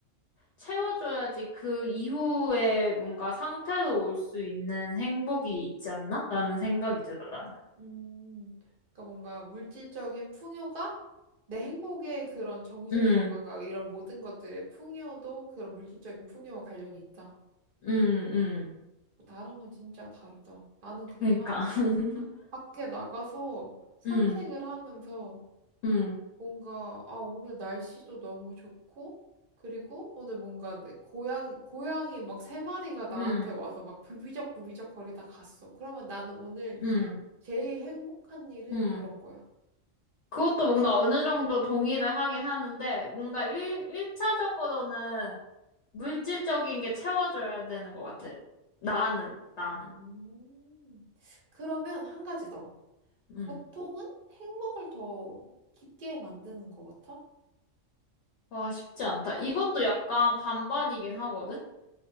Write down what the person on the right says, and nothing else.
음, 그러니까 뭔가 물질적인 풍요가 내 행복의 그런 정신
건강과 이런 모든 것들의 풍요도 그런 물질적인 풍요와 관련이 있다.
어, 나랑은 진짜 다르다. 나는 그냥
밖에 나가서 산책을
하면서
뭔가, 아, 오늘 날씨도 너무 좋고, 그리고 오늘 뭔가 내 고양이, 고양이 막 세 마리가 나한테
와서 막 부비적 부비적 거리다 갔어. 그러면 나는 오늘
제일 행복한 일은
그런 거야.
음. 그러면 한 가지 더.
고통은 행복을 더 깊게 만드는 것 같아?